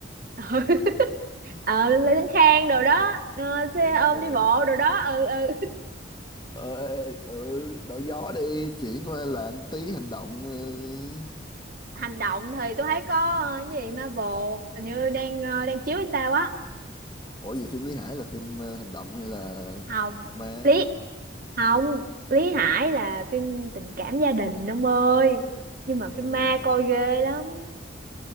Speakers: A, on the right (about 50°); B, on the left (about 25°).
A: <laughs> ờ
B: <laughs> Thánh
A: Lê Tấn Khang đồ đó ờ,
B: Đức
A: xe ôm
B: Kiên
A: đi bộ đồ đó ừ ừ
B: ờ, ê, ừ, đổi gió đi chuyển qua làm tí hành động ờ, đi.
A: hành động thì tôi thấy có ờ, cái gì Marvel hình như đang ờ, đang
B: Ủa
A: chiếu hay sao á
B: ủa gì phim Lý Hải là phim ờ, hành động hay là
A: Hồng
B: ma
A: Lý Hồng Lý Hải là phim tình cảm gia đình ông ơi nhưng mà phim
B: Ủa, cái
A: ma
B: định ở
A: coi ghê lắm